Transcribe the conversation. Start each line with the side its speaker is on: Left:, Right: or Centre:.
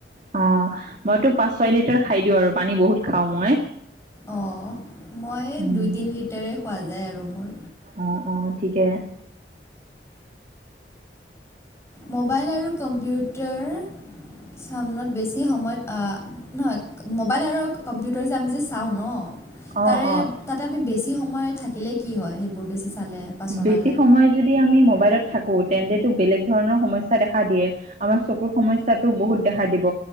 Right: অ'হ মইতো পাঁচ ছয় লিটাৰ খাই দিওঁ, আৰু পানী বহুত খাওঁ মই।
Left: অ, মই এই
Right: উম
Left: দুই, তিনি লিটাৰেই খোৱা যায় আৰু মোৰ।
Right: অ অ ঠিকে।
Left: মোবাইল আৰু কম্পিউটাৰ। চামনত, বেছি সময়ত নহয় মোবাইল আৰু কম্পিউটাৰ যে, আমি যে চাওঁ ন
Right: অঁ
Left: তাৰে,
Right: অঁ
Left: তাতে আমি বেছি সময় থাকিলে কি হয় সেইবোৰ বেছি চালে বা চলালে
Right: বেছি সময় যদি আমি মোবাইলত থাকো তেন্তে, বেলেগ ধৰণৰ সমস্যা দেখা দিয়ে, আমাৰ চকুৰ সমস্যাতো বহুত দেখা দিব।